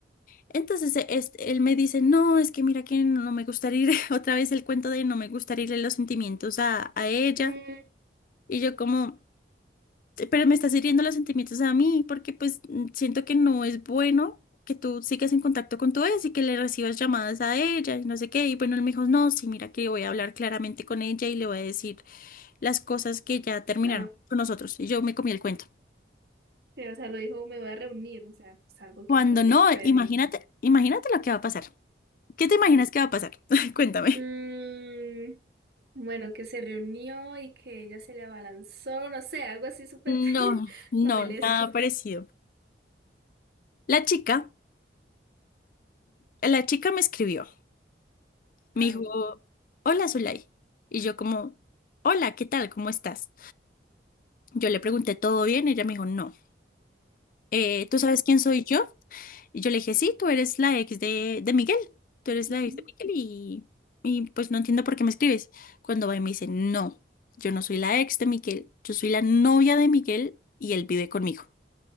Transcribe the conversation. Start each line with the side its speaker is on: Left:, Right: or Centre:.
Left: Entonces e- es- él me dice, no, es que mira que no me gustaría ir, <laughs> otra vez el cuento de no me gustaría irle los sentimientos a, a ella.
Right: Mm,
Left: Y yo como... pero me estás hiriendo los sentimientos a mí, porque pues mm, siento que no es bueno que tú sigas en contacto con tu ex y que le recibas llamadas a ella y no sé qué. Y bueno, él me dijo, no, sí, mira que voy a hablar claramente con ella y le voy a decir las cosas que ya terminaron
Right: ah,
Left: con nosotros. Y yo me comí el cuento.
Right: sí, o sea, lo dijo, me voy a reunir, o sea, es algo
Left: Cuando
Right: que podrías
Left: no,
Right: haberle
Left: imagínate,
Right: dicho.
Left: imagínate lo que va a pasar. ¿Qué te imaginas que va a pasar? <laughs> Cuéntame.
Right: Mm, bueno, que se reunió y que ella se le abalanzó, no sé, algo así súper
Left: No,
Right: <laughs>
Left: no,
Right: novelesco.
Left: nada parecido. La chica, la chica me escribió. Me
Right: Ay,
Left: dijo,
Right: no.
Left: hola Zulay. Y yo como, hola, ¿qué tal? ¿Cómo estás? Yo le pregunté, ¿todo bien? Ella me dijo, no. Eh, ¿tú sabes quién soy yo? Y yo le dije, sí, tú eres la ex de, de Miguel. Tú eres
Right: Ujú.
Left: la ex de Miguel y, y pues no entiendo por qué me escribes. Cuando va y me dice, no, yo no soy la ex de Miguel, yo soy la novia de Miguel y él vive conmigo.